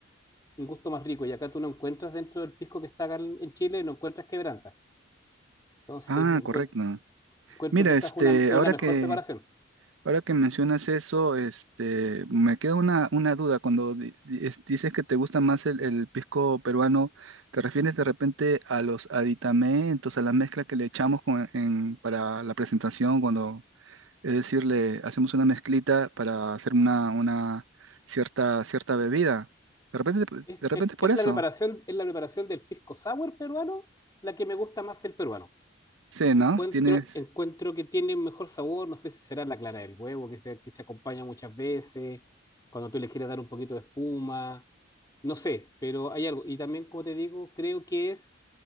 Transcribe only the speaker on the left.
un gusto más rico. Y acá tú no encuentras dentro del pisco que está acá en en Chile, no encuentras quebranta. Entonces
encuent-
encuentro
que esa
es una, es
una mejor
preparación.
Es,
es-
es
la preparación, es la preparación del pisco sour peruano la que me gusta más el peruano.
Encuentro,
encuentro que tiene un mejor sabor, no sé si será la clara del huevo que se, que se acompaña muchas veces, cuando tú le quieres dar un poquito de espuma No sé, pero hay algo. Y también, como te digo, creo que es